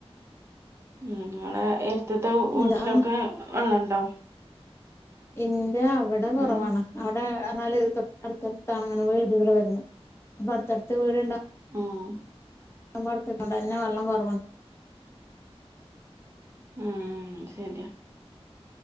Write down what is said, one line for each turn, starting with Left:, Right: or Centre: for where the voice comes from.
Right: ങ്ങളെ എര് ത്തത്തെ വീട്ടിലൊക്കെ
Left: ഇതാണ്
Right: വള്ളണ്ടോ?
Left: ഇന്റെ അവടെ കുറവാണ്.
Right: ഉം
Left: അവിടെ എന്നാല് അടുത്തടുത്താണ് അങ്ങനെ വീടുകൾ വരുന്ന അപ്പ അടുത്തടുത്ത് വീട്ണ്ട
Right: ഉം
Left: <unintelligible> എന്നെ വെള്ളം കുറവാ
Right: ഉം ശരിയാ.